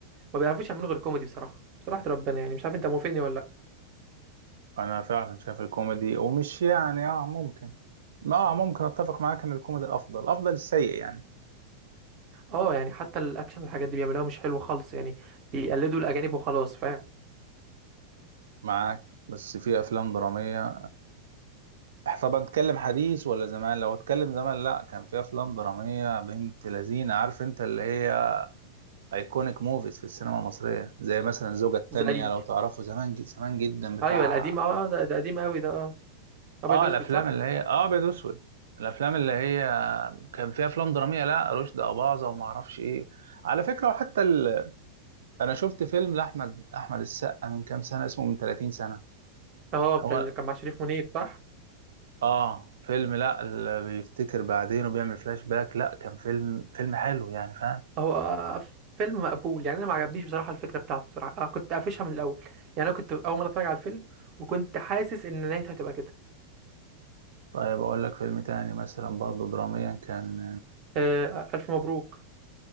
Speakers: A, on the right; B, on the right.
A: ما بيعرفوش يعملوا غير كوميدي بصراحه بصراحه ربنا يعني مش عارف انت موافقني ولا لا
B: انا فعلا شايف الكوميدي ومش يعني اه ممكن ما آه، ممكن اتفق معاك ان الكوميدي افضل افضل السيء يعني
A: اه يعني حتى الاكشن والحاجات دي بيعملوها مش حلوه خالص يعني بيقلدوا الاجانب وخلاص فاهم
B: معاك بس في افلام درامية طب هنتكلم حديث ولا زمان لو اتكلم زمان لا كان في افلام دراميه بنت لذينه عارف انت اللي هي ايكونيك موفيز في السينما المصريه زي مثلا الزوجه التانية
A: زي
B: لو تعرفوا زمان ج- زمان جدا بتاع
A: ايوه القديم اه ده, ده قديم قوي ده اه ابيض
B: اه
A: واسود
B: الافلام
A: صح
B: اللي هي اه ابيض واسود الافلام اللي هي كان فيها افلام دراميه لا رشدي اباظه وما اعرفش ايه على فكره وحتى ال... انا شفت فيلم لاحمد احمد السقا من كام سنه اسمه من 30 سنه
A: اه بتاع
B: هو
A: اللي كان مع شريف منير صح
B: اه فيلم لا اللي بيفتكر بعدين وبيعمل فلاش باك لا كان فيلم فيلم حلو يعني فاهم
A: هو آه، فيلم مقبول يعني انا ما عجبنيش بصراحه الفكره بتاعته بصراحه آه كنت قافشها من الاول يعني انا كنت اول مره اتفرج على الفيلم وكنت حاسس ان نهايته هتبقى كده
B: طيب اقول لك فيلم تاني مثلا برضه دراميا كان
A: آه، ألف مبروك